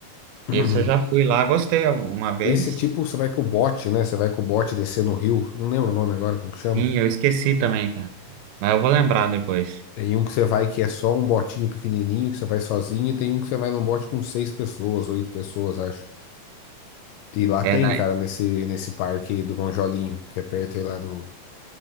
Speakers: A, on the left; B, on the right.
A: <clears throat>
B: esse eu já fui lá, gostei uma vez.
A: Esse é tipo, você vai com o bote, né? Você vai com o bote descer no rio. Não lembro o nome agora, como que chama.
B: Sim, eu esqueci também, cara. Mas eu vou lembrar depois.
A: Tem um que você vai que é só um botinho pequenininho, que você vai sozinho, e tem um que você vai num bote com seis pessoas, oito pessoas, acho. E lá
B: É,
A: tem,
B: da...
A: cara, nesse, nesse parque aí do Monjolinho, que é perto aí lá do,